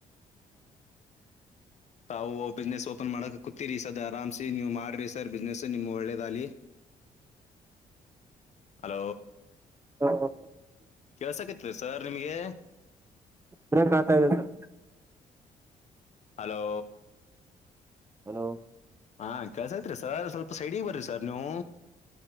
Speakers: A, on the left (about 50°); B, on the right (about 15°).
A: ತಾವು ಬಿಸ್ನೆಸ್ ಓಪನ್ ಮಾಡಕ್ ಕುೂತಿರಿ ಸರ್ ಆರಾಮ್ಸಿ ನೀವು ಮಾಡ್ರಿ ಸರ್ ಬಿಸ್ನೆಸ್ ನಿಮ್ಗೆ ಒಳ್ಳೇದಲಿ ಹಲೋ
B: ಹ ಹ
A: ಕೇಳ್ಸಕತ್ರಿ ಸರ್ ನಿಮ್ಗೆ
B: <unintelligible>
A: ಹಲೋ
B: ಹಲೋ
A: ಹಾ ಕೆಲ್ಸೇತ್ರಿ ಸರ್ ಸ್ವಲ್ಪ ಸೈಡಿಗೆ ಬರ್ರಿ ಸರ್ ನೀವು